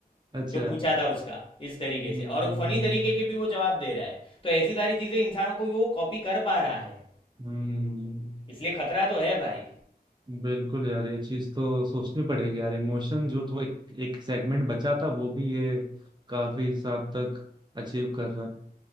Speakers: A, on the right; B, on the left.
A: अच्छा
B: जो पूछा था उसका इस तरीके
A: हम्म
B: से और फनी तरीके के भी वो जवाब दे रहा है तो ऐसी सारी चीजें इंसानों को वो कॉपी कर पा रहा है
A: हम्म
B: इसलिए खतरा तो है भाई
A: बिल्कुल यार ये चीज तो सोचनी पड़ेगी यार इमोशन जो तो एक, एक सेगमेंट बचा था वो भी ये काफी हिसाब तक अचीव कर रहा है